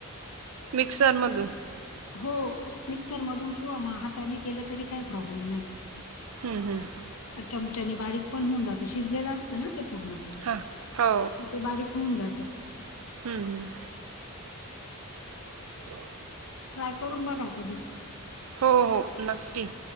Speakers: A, on the right; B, on the left.
A: मिक्सर मधून.
B: हो मिक्सर मधून किंवा हाताने केलं तरी काही प्रॉब्लेम नाही.
A: हम् हम्.
B: च्यमच्यानी बारीक पण होऊन जातं, शिजलेलं असतं ना ते पूर्ण.
A: हां हो.
B: मग ते बारीक होऊन जातं.
A: हम्म. हो <inaudible>
B: ट्राय करून बगाव कधी.
A: हो, हो, नक्की.